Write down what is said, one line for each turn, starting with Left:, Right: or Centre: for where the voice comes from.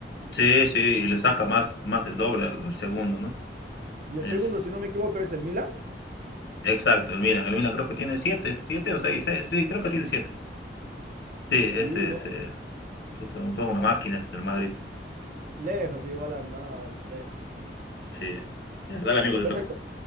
Left: Sí, sí, y le saca más, más del doble al, al segundo, ¿no?
Right: Y
Left: Es
Right: el segundo, si no me equivoco, es el Milan.
Left: exacto, el Milan. El Milan creo que tiene siete, siete o seis, seis, sí, creo que tiene siete. Sí, ese,
Right: Sí, ¿no?
Left: ese, puta, son una máquina, este del Madrid.
Right: Lejos de igualar, no, lejos. está.
Left: Sí, ya, dale, amigo, te
Right: Perfecto.
Left: toca.